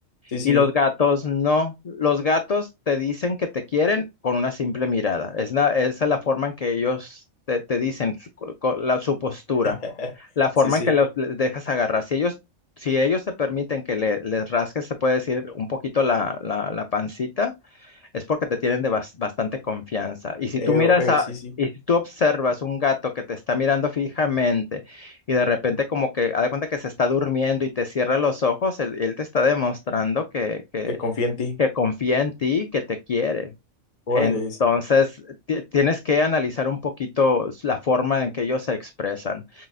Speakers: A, on the left; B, on the left.
A: Sí, sí,
B: Y los gatos no. Los gatos te dicen que te quieren con una simple mirada. Es la- esa es la forma en que ellos te, te dicen su- co- co- la, su postura,
A: <laughs>
B: la forma
A: sí, sí,
B: en que los les dejas agarrar. Si ellos, si ellos te permiten que le- les rasques, se puede decir un poquito la, la, la pancita, es porque te tienen de bas- bastante confianza. Y si
A: eh,
B: tú miras
A: o- eh,
B: a,
A: sí, sí,
B: y si tú observas un gato que te está mirando fijamente y de repente como que, haz de cuenta que se está durmiendo y te cierra los ojos, él, él te está demostrando que, que,
A: que confía en ti.
B: que confía en ti, que te quiere.
A: Órale,
B: Entonces, ti- tienes que analizar un poquito la forma en que ellos se expresan.